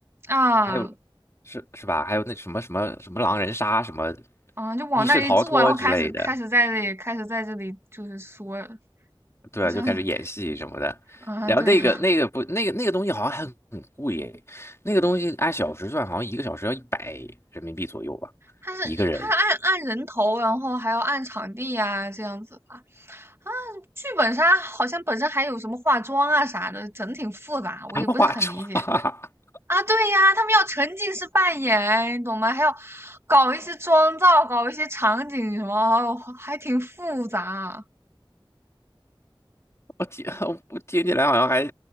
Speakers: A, on the right; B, on the left.
A: 啊，
B: 还有是是吧？还有那什么什么什么狼人杀，什么
A: 啊，就往那一坐，
B: 密室逃脱之类的。
A: 然后开始开始在这里开始在这里就是说，好像
B: 对，就开始演戏什么的。
A: <laughs> 啊，
B: 然后那个那个不那个那个东西好像还很贵耶，
A: 对呀，
B: 那个东西按小时算，好像一个小时要一百人民币左右吧，
A: 他是他是按按人头，
B: 一个人
A: 然后还要按场地呀、这样子吧。啊，剧本杀好像本身还有什么化妆啊啥的，整挺复杂，我也不是很理解
B: 还要 <laughs> 化妆。<laughs>
A: 啊。对呀，他们要沉浸式扮演，哎，你懂吗？还要搞一些妆造，搞一些场景什么，还挺复杂啊。
B: 我听我听起来好像还，